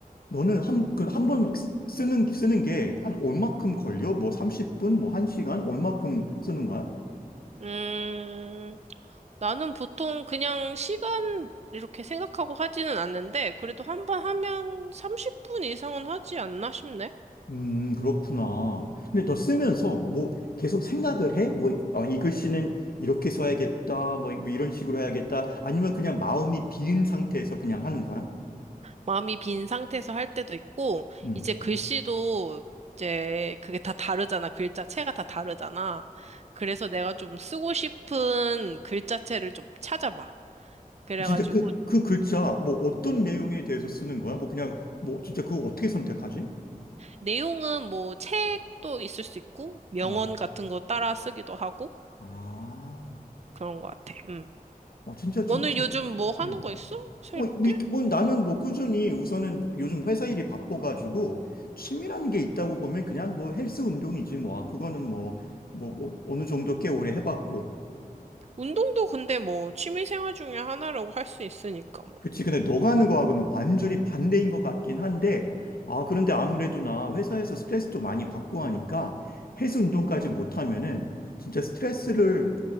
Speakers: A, on the left; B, on the right.
A: 너는 한, 그, 한 번 막 쓰- 쓰는, 쓰는 게 한 얼마큼 걸려? 뭐, 30분, 뭐, 1시간? 얼마큼 쓰는 거야?
B: 음, 나는 보통 그냥 시간 이렇게 생각하고 하지는 않는데, 그래도 한 번 하면 30분 이상은 하지 않나 싶네.
A: 음, 그렇구나. 근데 너 쓰면서 뭐, 계속 생각을 해? 뭐, 어, 이 글씨는 이렇게 써야겠다. 뭐, 이- 뭐 이런 식으로 해야겠다. 아니면 그냥 마음이 비은 상태에서 그냥 하는 거야?
B: 마음이 빈 상태에서 할 때도 있고,
A: 음.
B: 이제 글씨도 이제 그게 다 다르잖아. 글자체가 다 다르잖아. 그래서 내가 좀 쓰고 싶은 글자체를 좀 찾아봐. 그래가지고,
A: 진짜 그, 그 글자, 뭐 어떤 내용에 대해서 쓰는 거야? 뭐 그냥, 뭐 진짜 그거 어떻게 선택하지?
B: 내용은 뭐 책도 있을 수 있고, 명언
A: 어.
B: 같은 거 따라 쓰기도 하고,
A: 아,
B: 그런 것 같아. 음.
A: 어, 진짜
B: 너는
A: 좀, 진,
B: 요즘 뭐 하는
A: 음.
B: 거 있어? 새롭게?
A: 어, 뭐, 이- 뭐 나는 뭐 꾸준히 우선은 요즘 회사 일이 바빠가지고 취미라는 게 있다고 보면 그냥 뭐 헬스 운동이지 뭐. 아, 그거는 뭐, 뭐, 뭐 어느 정도 꽤 오래 해봤고.
B: 운동도 근데 뭐 취미 생활 중에 하나라고 할 수 있으니까 뭐.
A: 그치. 근데 너가 하는 거하고는 완전히 반대인 것 같긴 한데, 아, 그런데 아무래도 나 회사에서 스트레스도 많이 받고 하니까 해수 운동까지 못하면은 진짜 스트레스를